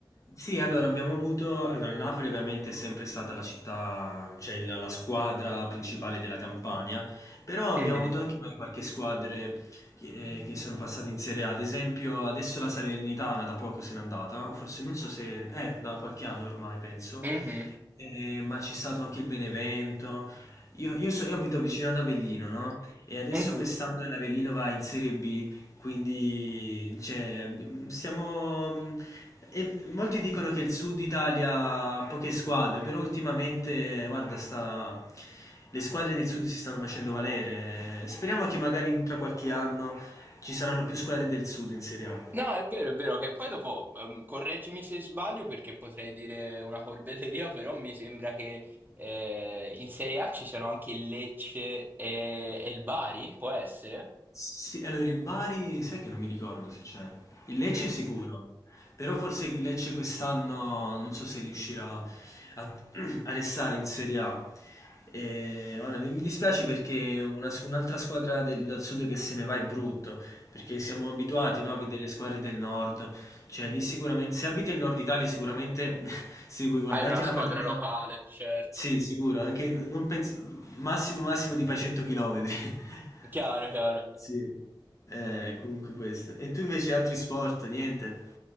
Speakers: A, on the left; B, on the right.
A: sì, allora abbiamo avuto allora il Napoli ovviamente è sempre stata la città cioè il la squadra principale della Campania, però abbiamo
B: Mhm,
A: avuto anche noi qualche squadre che eh, che sono passate in Serie A, ad esempio adesso la Salernitana da poco se n'è andata, o forse non so se eh, da qualche anno ormai penso,
B: mhm,
A: ehm, ma c'è stato anche il Benevento. Io io so io abito vicino ad Avellino, no, e adesso
B: mhm.
A: quest'anno l'Avellino va in Serie B quindi cioè, siamo. e molti dicono che il sud Italia ha poche squadre, però ultimamente, guarda, sta, le squadre del sud si stanno facendo valere. Speriamo che magari tra qualche anno ci saranno più squadre del sud in Serie A.
B: No, è vero, è vero che poi dopo, ehm, correggimi se sbaglio perché potrei dire una corbelleria, <laughs> però mi sembra che eh, in Serie A ci siano anche il Lecce e, e il Bari, può essere?
A: Sì, allora il Bari sai che non mi ricordo se c'è. Il Lecce
B: Mhm.
A: sicuro, però forse il Lecce quest'anno non so se riuscirà a, <clears throat> a restare in Serie A. E, guarda, mi mi dispiace perché una s- un'altra squadra del sud che se ne va è brutto, perché siamo abituati, no, a vedere le squadre del nord. Cioè, lì sicuramente, se abiti in Nord Italia, sicuramente <laughs> se vuoi guardarti
B: Hai una squadra
A: una partita...
B: locale, certo.
A: Sì, sicuro, anche non penso, massimo massimo ti fai 100 km. <laughs>
B: Chiaro, chiaro.
A: Sì, eh, comunque questo. E tu invece altri sport, niente?